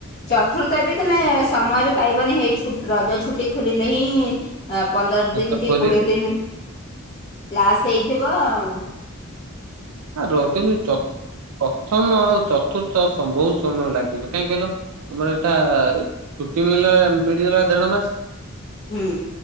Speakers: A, on the left; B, on the right.
A: ଚତୁର୍ଥବି ତମେ ସମୟବି ପାଇବନି ହେଇ ରଜ ଛୁଟି ଖୋଲିଲେହିଁ ଅ ପନ୍ଦର
B: ହାତ
A: ଦିନ କି
B: ଖୋଲି
A: କୋଡ଼ିଏ ଦିନି କ୍ଲାସ୍ ହେଇଥିବ ଆଉ
B: ଆ ରହୁ କିନ୍ତୁ ଚ ପ୍ରଥମ ଆଉ ଚତୁର୍ଥ ବହୁତ୍ ସମୟ ଲାଗିବ କାହିଁକି କହିଲ ଆମର ଏଇଟା ଛୁଟି ମିଳଲା ମିଳିଗଲା ଦେଢ ମାସ୍
A: ହୁଁ